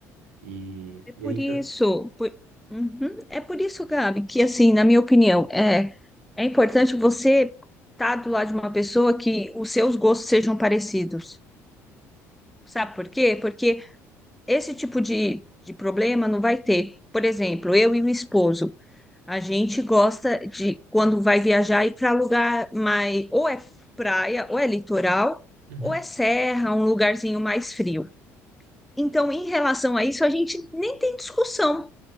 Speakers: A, on the right; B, in the centre.
A: E,
B: É por
A: e é isso.
B: isso, por- Uhum. É por isso, Gabi, que assim, na minha opinião, é, é importante você estar do lado de uma pessoa que os seus gostos sejam parecidos. Sabe por quê? Porque esse tipo de, de problema não vai ter. Por exemplo, eu e o esposo, a gente gosta de, quando vai viajar, ir para lugar mais, ou é praia, ou é litoral,
A: Uhum.
B: ou é serra, um lugarzinho mais frio. Então, em relação a isso, a gente nem tem discussão